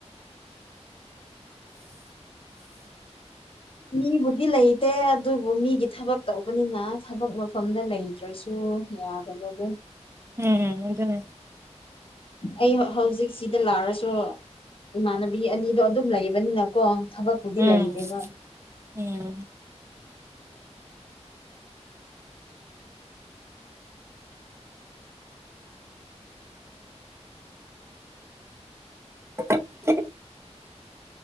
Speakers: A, on the right; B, on the left.
A: <inaudible>
B: ꯃꯤꯕꯨꯗꯤ ꯂꯩꯇꯦ ꯑꯗꯨꯕꯨ ꯃꯤꯒꯤ ꯊꯕꯛ ꯇꯧꯕꯅꯤꯅ ꯊꯕꯛ ꯃꯐꯝꯗ ꯂꯩꯇ꯭ꯔꯁꯨ ꯌꯥꯗꯕ ꯑꯗꯨ
A: ꯎꯝ ꯑꯗꯨꯅꯦ
B: ꯑꯩ ꯍꯧꯖꯤꯛꯁꯤꯗ ꯂꯥꯛꯔꯁꯨ ꯏꯃꯥꯟꯅꯕꯤ ꯑꯅꯤꯗꯣ ꯑꯗꯨꯝ ꯂꯩꯕꯅꯤꯅꯀꯣ ꯊꯕꯛꯄꯨꯗꯤ
A: ꯎꯝ
B: ꯂꯩꯇꯦꯕ
A: ꯎꯝ <inaudible>